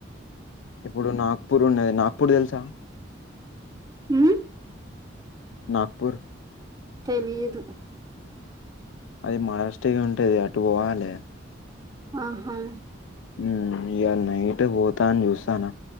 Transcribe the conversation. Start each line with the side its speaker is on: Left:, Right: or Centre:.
Left: ఇప్పుడు నాగ్పూర్ ఉన్నది నాగ్పూర్ తెలుసా
Right: ఉమ్
Left: నాగ్పూర్
Right: తెలీదు
Left: అది మారస్టే ఉంటది అటు పోవాలి
Right: ఆహా
Left: ఉమ్మ్ ఇయాళా నైట్ పోతా అని చూస్తాన